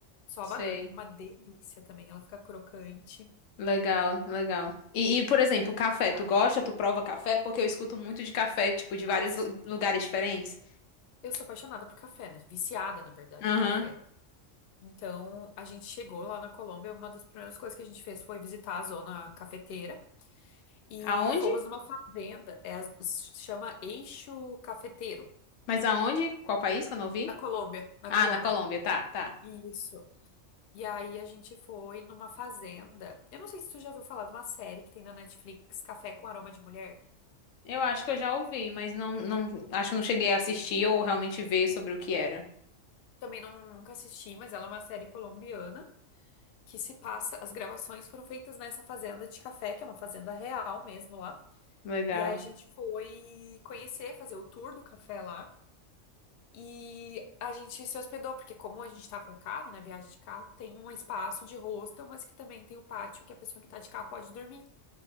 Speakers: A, on the left; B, on the left.
A: Só
B: Sei.
A: a banana. Uma delícia também, ela fica crocante.
B: Legal, legal. E, e, por exemplo, café, tu
A: Ai,
B: gosta? Tu prova café? Porque eu escuto muito de café, tipo, de
A: Nossa,
B: vários lu- lugares diferentes.
A: eu sou apaixonada por café, né? Viciada, na verdade,
B: Aham.
A: em café. Então, a gente chegou lá na Colômbia, uma das primeiras coisas que a gente fez foi visitar a zona cafeteira e
B: Aonde?
A: fomos numa fazenda, é, a- chama Eixo Cafeteiro.
B: Mas aonde? Qual país que eu não vi?
A: Na Colômbia, na
B: Ah,
A: Colômbia.
B: na Colômbia, tá, tá.
A: Isso. E aí a gente foi numa fazenda. Eu não sei se tu já ouviu falar de uma série que tem na Netflix, Café com Aroma de Mulher.
B: Eu acho que eu já ouvi, mas não, não, acho que eu não cheguei a assistir ou realmente ver sobre o que era.
A: Também não, nunca assisti, mas ela é uma série colombiana que se passa. As gravações foram feitas nessa fazenda de café, que é uma fazenda real mesmo lá.
B: Legal.
A: E aí a gente foi conhecer, fazer o tour do café lá. E a gente se hospedou, porque como a gente tá com carro, né, viagem de carro, tem um espaço de hostel, mas que também tem o pátio que a pessoa que tá de carro pode dormir.